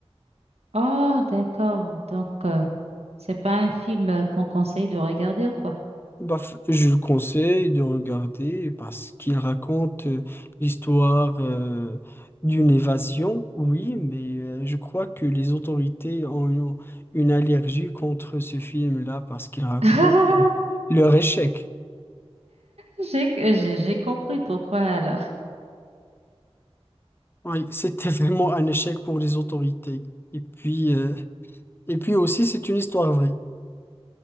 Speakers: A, on the right; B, on the left.
A: Oh, d'accord. Donc, euh, c'est pas un film euh, qu'on conseille de regarder ou quoi?
B: Bah, f- je le conseille de regarder parce qu'il raconte euh, l'histoire euh, d'une évasion, oui, mais euh, je crois que les autorités ont une, une allergie contre ce film-là parce qu'il raconte
A: <laughs>
B: euh, leur échec.
A: J'ai, j'ai j'ai compris pourquoi alors.
B: Oui, c'était <laughs> vraiment un échec pour les autorités. Et puis, euh, et puis aussi, c'est une histoire vraie.